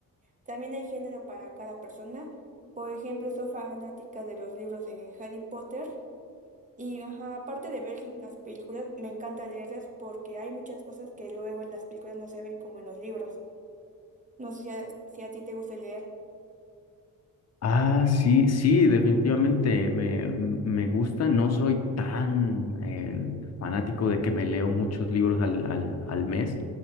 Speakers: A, on the right (about 20°); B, on the left (about 50°).
A: también hay género para cada persona. Por ejemplo, soy fanática de los libros de Harry Potter. Y ajá, aparte de ver las películas, me encanta leerlas porque hay muchas cosas que luego en las películas no se ven como en los libros. No sé si a, si a ti te gusta leer.
B: Ah, sí, sí, definitivamente me, me gusta. No soy tan eh, fanático de que me leo muchos libros al, al, al mes,